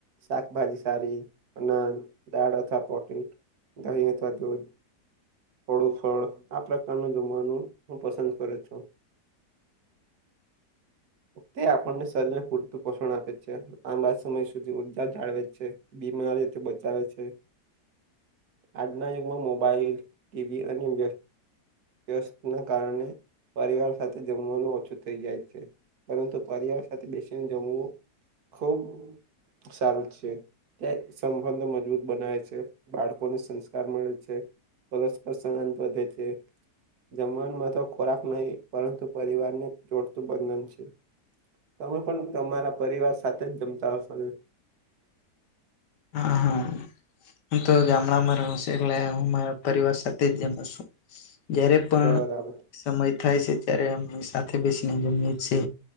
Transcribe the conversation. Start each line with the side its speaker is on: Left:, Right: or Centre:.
Right: શાકભાજી સારી અના દાળ અથવા પોટ દહીં અથવા દૂધ અળું ફળ આ પ્રકારનું જમવાનું હું પસંદ કર છું. તે આપણને શરીરને પૂરતું પોષણ આપે છે આંબા સમય સુધી ઉર્જા જાળવે છે. બીમારીથી બચાવે છે. આજના યુગમાં મોબાઈલ ટીવી અને. વ ના કારણે પરિવાર સાથે જમવાનું ઓછું થઇ જાય છે. પરંતુ પર્યાવારણ સાથે બેસીને જમવું ખુબ સારું છે. ક્યા સંબંધ મજબૂત બનાવે છે બાળકોને સંસ્કાર મળે છે. પરસ્પર સમાન બધે છે. જમવા માં તો ખોરાક નહી પરંતુ પરિવાર ને જોડતું બંધન છે. તમે પણ તમારા પરિવાર સાથે જ જમતા હશો ને
Left: હા હા હું તો ગામડામાં રહ છું એટલે હું મારા પરિવાર સાથે જ જમ છું. જ્યારે પણ
Right: બરાબર
Left: સમય થાય છે ત્યારે અમે સાથે બેસીને જમએીએ.